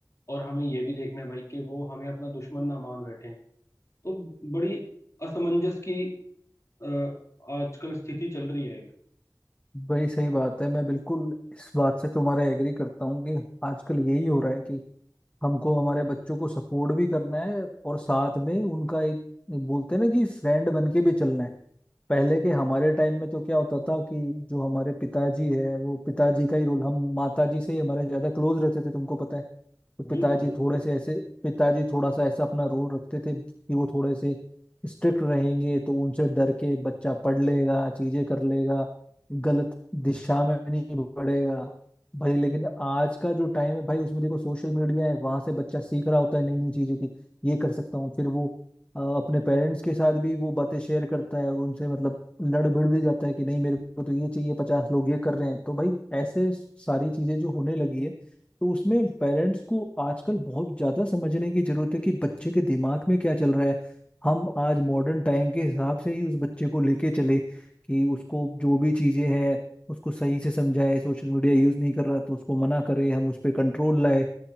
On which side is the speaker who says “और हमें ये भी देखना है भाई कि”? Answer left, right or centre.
Left